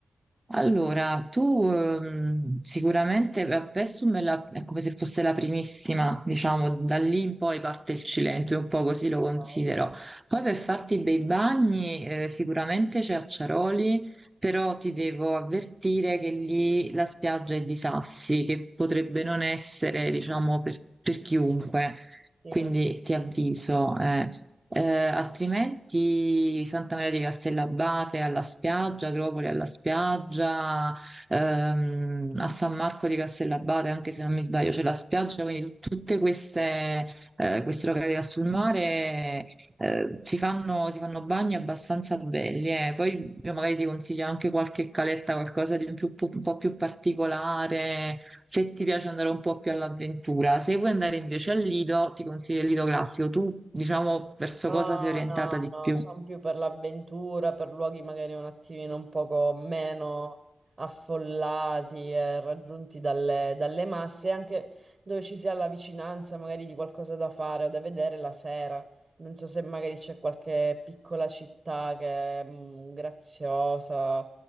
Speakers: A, on the right; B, on the right.
A: Allora, tu ehm, sicuramente beh, Pessum è, la- è come se fosse la primissima, diciamo, da lì in poi parte il Cilento, io un po' così lo considero.
B: Ok,
A: Poi
B: ok,
A: per farti i bei bagni eh, sicuramente c'è Acciaroli, però ti devo avvertire che lì la spiaggia è di sassi, che potrebbe non essere, diciamo, per, per chiunque,
B: Sì.
A: quindi ti avviso. eh. Eh, altrimenti Santa Maria di Castellabate alla spiaggia, Agropoli alla spiaggia, ehm, a San Marco di Castellabate, anche se non mi sbaglio, c'è la spiaggia, quindi tut- tutte queste, eh, queste località sul mare eh, si fanno, si fanno bagni abbastanza belli, eh. Poi io magari ti consiglio anche qualche caletta, qualcosa di un, più- un po' più particolare, se ti piace andare un po' più all'avventura. Se vuoi andare invece al Lido, ti consiglio il Lido classico. Tu, diciamo, verso
B: No,
A: cosa sei orientata
B: no,
A: di
B: no,
A: più?
B: sono più per l'avventura, per luoghi magari un attimino un poco meno affollati e raggiunti dalle, dalle masse, anche dove ci sia la vicinanza magari di qualcosa da fare o da vedere la sera. Non so se magari c'è qualche piccola città che è mm, graziosa,